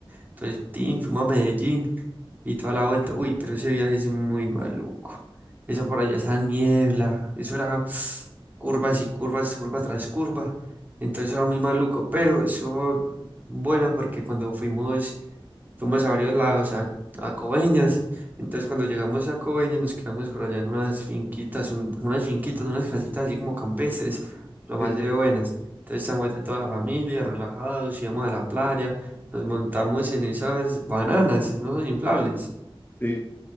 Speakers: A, on the right; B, on the left.
A: Entonces, tin, fuimos a Medellín y toda la vuelta. Uy, pero ese viaje es muy maluco. Eso por allá, esa niebla, eso era <sniffs> curvas y curvas, curva tras curva. Entonces era muy maluco, pero eso bueno porque cuando fuimos, fuimos a varios lados, a, a Coveñas. Entonces cuando llegamos a Coveñas nos quedamos por allá en unas finquitas, un- unas finquitas, unas casitas así como campestres, lo más
B: sí, sí,
A: de buenas. Entonces estamos allá toda la familia, relajados, íbamos a la playa. Nos montamos en esas bananas, ¿no? Inflables.
B: sí,